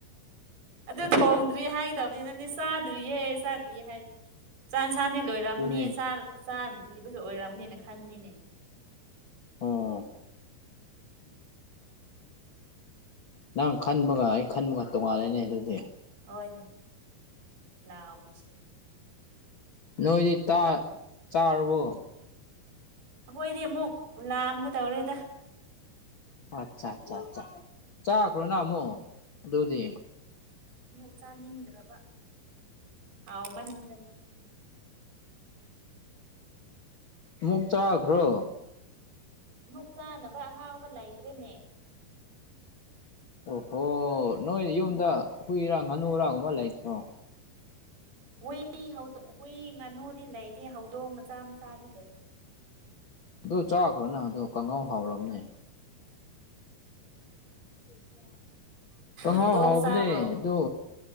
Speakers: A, on the right; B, on the left.
A: ꯑꯗꯨ ꯊꯣꯡꯗ꯭ꯔꯤ ꯍꯥꯏꯒꯗꯕꯅꯤ ꯅꯪꯅꯦ ꯆꯥꯗ꯭ꯔꯤꯍꯦ ꯆꯥꯗ꯭ꯔꯤꯌꯦꯦ ꯍꯥꯏꯕꯅꯤ ꯆꯥꯛꯟꯁꯥꯗꯤ ꯂꯣꯏꯔꯝꯝꯅꯤ
B: ꯑꯗꯨꯅꯦ
A: ꯆꯥꯗ꯭ꯔꯤꯕꯒ ꯑꯣꯏꯔꯝꯅꯦꯅ ꯈꯟꯅꯤꯅꯦ
B: ꯑꯣ ꯅꯪ ꯈꯟꯕꯒ ꯑꯩ ꯈꯟꯕꯒ ꯇꯣꯉꯥꯜꯂꯅꯦ ꯑꯗꯨꯗꯤ
A: ꯍꯣꯏꯅꯦ ꯂꯥꯛꯏꯁꯦ
B: ꯅꯣꯏꯗꯤ ꯆꯥꯔꯕꯣ
A: ꯑꯩꯈꯣꯏꯗꯤ ꯑꯃꯨꯛ ꯂꯥꯑꯝꯒ ꯇꯧꯔꯦꯗ
B: ꯑꯠꯆꯥ ꯑꯠꯆꯥ ꯑ ꯆꯥꯈ꯭ꯔꯣ ꯅ ꯑꯃꯨꯛ ꯑꯗꯨꯗꯤ
A: ꯑꯃꯨꯛ ꯆꯥꯅꯤꯡꯗ꯭ꯔꯥꯕ ꯍꯥꯎꯃꯟꯗꯅ
B: ꯃꯛ ꯆꯥꯛꯈ꯭ꯔꯣ
A: ꯃꯨꯛ ꯆꯥꯅꯕ ꯑꯍꯥꯎꯕ ꯂꯩꯇ꯭ꯔꯦꯅꯦ
B: ꯑꯣꯍꯣ ꯅꯣꯏꯅ ꯌꯨꯝꯗ ꯍꯨꯏꯔꯥ ꯉꯥꯅꯨꯨꯔꯥꯒꯨꯝꯕ ꯂꯩꯇ꯭ꯔꯣ
A: ꯍꯨꯏ ꯍꯧ ꯍꯨꯏ ꯉꯥꯅꯨꯗꯤ ꯂꯩꯇꯦ ꯍꯧꯗꯣꯡ ꯃꯆꯥ ꯃꯆꯥꯗꯤ ꯂꯩꯇꯦ
B: ꯑꯗꯨ ꯆꯥꯈ꯭ꯔꯣꯅ ꯑꯗꯨꯣ ꯀꯥꯡꯉꯧ ꯍꯥꯎꯔꯕꯅꯦ ꯊ ꯀ ꯇꯍꯥꯎ
A: ꯍꯧꯗꯣꯡ
B: ꯍꯥꯎꯕꯅꯦ
A: ꯆꯥꯕ꯭ꯔꯣ
B: ꯑꯗꯣ